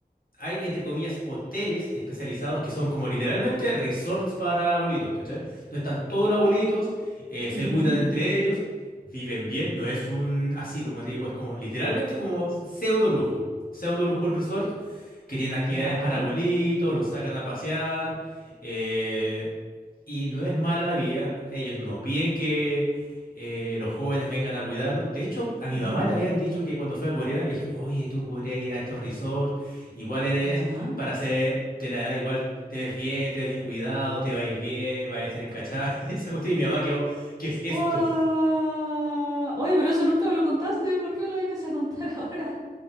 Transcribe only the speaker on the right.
ujú,
ya,
ujú,
ya.
¡Guau! Oye, pero eso nunca me lo contaste, ¿por qué me lo vienes a contar <laughs> ahora?